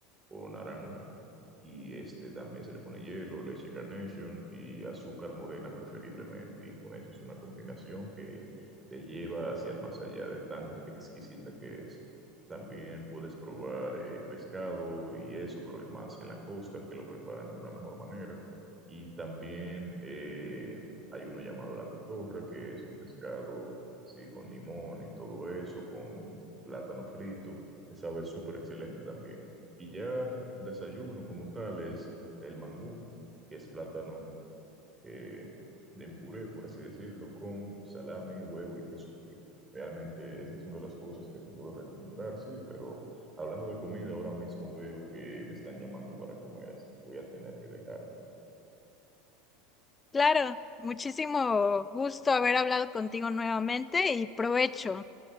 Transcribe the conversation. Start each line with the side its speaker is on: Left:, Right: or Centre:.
Right: o naranja. Y este también se le pone hielo, leche Carnation y azúcar morena preferiblemente. Y con eso es una combinación que te lleva hacia el más allá de tan exquisita que es. También puedes probar eh, pescado y eso, pero más en la costa, que lo preparan de una mejor manera. Y también eh, hay uno llamado la cotorra, que es un pescado así con limón y todo eso, con plátano frito, que sabe súper excelente también. Y ya desayuno como tal es el mangú, que es plátano eh, en puré, por así decirlo, con salami, huevo y queso frito. Realmente esas son de las cosas que te puedo recomendar, sí, pero hablando de comida, ahora mismo veo que me están llamando para comer, así que voy a tener que dejar.
Left: Claro, muchísimo gusto haber hablado contigo nuevamente y provecho.